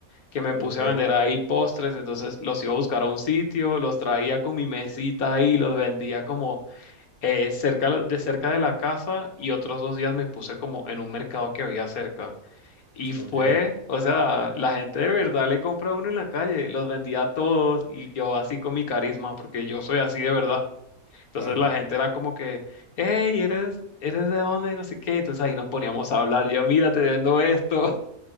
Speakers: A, on the left; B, on the right.
A: que me
B: ok.
A: puse a vender ahí postres, entonces los iba a buscar a un sitio, los traía con mi mesita ahí, los vendía como eh, cerca lo- de cerca de la casa y otros dos días me puse como en un mercado que había cerca. Y fue,
B: Ok.
A: o sea, la gente de verdad
B: Oye,
A: le compra a uno en la calle, los vendía a todos y yo así con mi carisma, porque yo soy así de verdad. Entonces
B: Claro.
A: la gente era como que, hey, ¿eres, eres de dónde? Y no sé qué. Entonces ahí nos poníamos a hablar, yo, mira, te vendo esto.